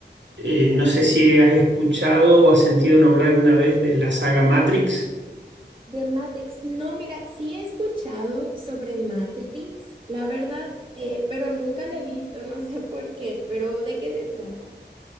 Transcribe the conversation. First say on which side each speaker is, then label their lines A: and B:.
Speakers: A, on the right; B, on the right.
A: Eh, no sé si has escuchado o has sentido nombrar alguna vez de la saga Matrix.
B: De Matrix, no, mira, sí he escuchado sobre Matrix, la verdad, eh, pero nunca la he visto, no sé por qué, pero ¿de qué se trata?